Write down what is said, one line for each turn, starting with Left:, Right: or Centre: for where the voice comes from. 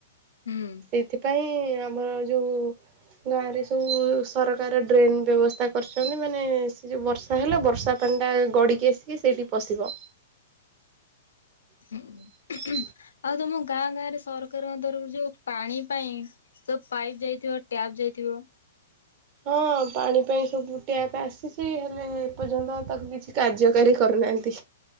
Left: ହୁଁ।
Right: ସେଇଥିପାଇଁ ଆମର ଯୋଉ ଗାଁ ରେ ସବୁ ସରକାର ଡ୍ରେନ୍ ବ୍ୟବସ୍ଥା କରିଛନ୍ତି, ମାନେ ସେ ଯୋଉ ବର୍ଷ୍ ତାହେଲେ ବର୍ଷା ପାଣିଟା ଗଡ଼ିକି ଆସିକି ସେଇଠି ପଶିବ। <unintelligible>
Left: ହୁଁ। ଆଉ ତମ ଗାଁ ଗାଁ ରେ ସରକାରଙ୍କ ତରଫରୁ ଯୋଉ ପାଣି ପାଇଁ ତ ପାଇପ୍ ଯାଇଥିବ, ଟ୍ୟାପ ଯାଇଥିବ।
Right: ହଁ ପାଣି ପାଇଁ ସବୁ ଟ୍ୟାପ୍ ଆସିଛି ହେଲେ ଏପର୍ଯ୍ୟନ୍ତ ତାକୁ କିଛି କାର୍ଯ୍ୟକାରୀ କରୁନାହାନ୍ତି।